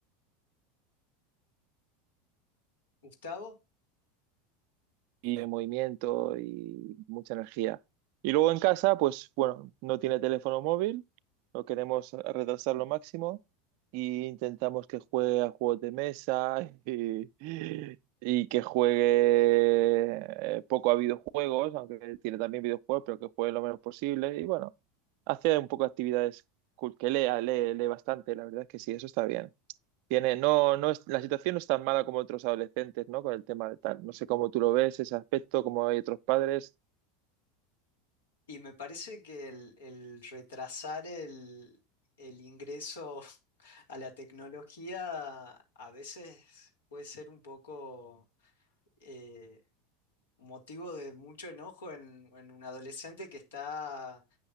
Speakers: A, on the left; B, on the right.
A: Gustavo.
B: y el movimiento y mucha energía. Y luego en casa, pues bueno, no tiene teléfono móvil, lo queremos retrasar lo máximo y intentamos que juegue a juegos de mesa <laughs> y, y que juegue eh, poco a videojuegos, aunque tiene también videojuegos, pero que juegue lo menos posible. Y bueno, hace un poco de actividades cool, que lea, lee, lee bastante, la verdad es que sí, eso está bien. Tiene, no, no es, la situación no es tan mala como otros adolescentes, ¿no? Con el tema de tal. No sé cómo tú lo ves, ese aspecto, cómo hay otros padres.
A: Y me parece que el, el retrasar el, el ingreso <laughs> a la tecnología a veces puede ser un poco eh, motivo de mucho enojo en, en un adolescente que está